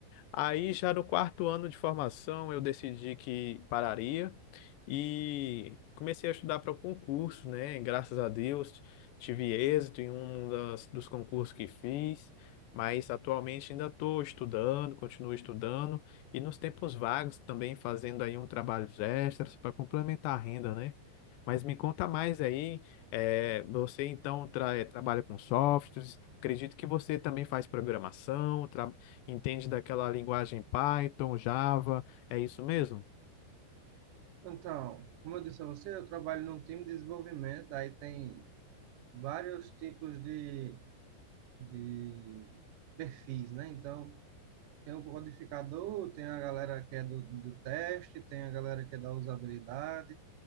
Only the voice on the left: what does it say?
Aí, já no quarto ano de formação, eu decidi que pararia e comecei a estudar para o concurso, né? Graças a Deus, tive êxito em um das, dos concursos que fiz, mas atualmente ainda estou estudando, continuo estudando e nos tempos vagos também fazendo aí um trabalho extras para complementar a renda, né? Mas me conta mais aí, eh, você então tra- trabalha com softwares, acredito que você também faz programação, tra- Entende daquela linguagem Python, Java, é isso mesmo?